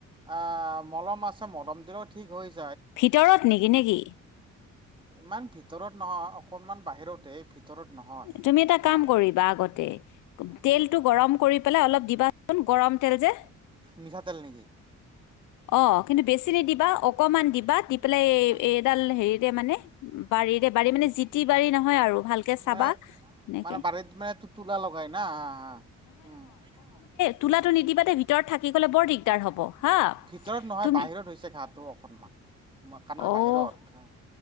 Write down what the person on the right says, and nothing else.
আহ মলম আছে মলম দিলেও ঠিক হৈছে
ইমান ভিতৰত নহয় অকনমান বাহিৰতে ভিতৰত নহয়
হা
কি
মিঠাতেল নিকি?
আহ
মানে
মানে বাৰীত <unintelligible>
ভিতৰত নহয়
বাহিৰত হৈছে ঘাঁহটো অকনমান কাণৰ
বাহিৰত।